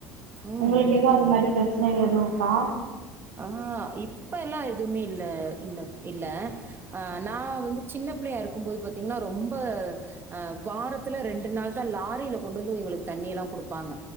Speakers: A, on the right; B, on the right.
A: ம்
B: உங்களுக்கு எதா அது மாரி ப்ரச்சனைகள் எதுவு இருக்கா
A: ஆ இப்பல்லா எதுவுமே இல்ல இந்தப் இல்ல ஆ நா வந்து சின்ன பிள்ளையா இருக்குபோது பாத்தீங்கன்னா ரொம்ப அ வாரத்துல ரெண்டு நாள் தா லாரியில கொண்டு வந்து எங்களுக்கு தண்ணி எல்லா குடுப்பாங்க